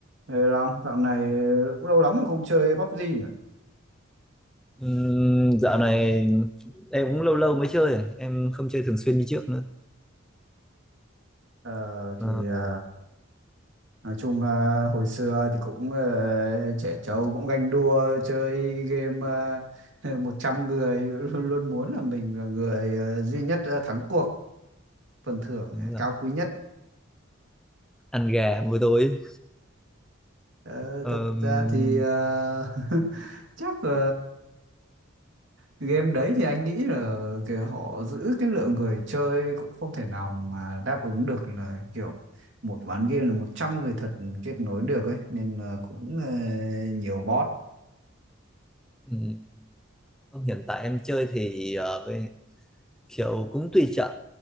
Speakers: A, on the right (about 65°); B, in the centre.
A: Ê Long, dạo này cũng lâu lắm rồi không chơi PUBG nhỉ?
B: Ừm, dạo này em cũng lâu lâu mới chơi em không chơi thường xuyên như trước nữa
A: Ờ, thì
B: Ờ,
A: à, nói chung là hồi xưa thì cũng ờ, trẻ trâu cũng ganh đua chơi game uh, <laughs> 100 người luôn, luôn muốn là mình là người ờ, duy nhất ờ, thắng cuộc phần thưởng
B: đúng
A: ờ,
B: rồi.
A: cao quý nhất
B: ăn gà buổi tối
A: Ờ,
B: Ờm,
A: thật ra thì ờ, <laughs> chắc là game đấy thì anh nghĩ là kiểu họ giữ cái lượng người chơi cũng không thể nào mà đáp ứng được là kiểu một ván game là 100 người thật kết nối được ấy nên là cũng ờ, nhiều bot
B: ừm, không, hiện tại em chơi thì ờ, với- kiểu cũng tùy trận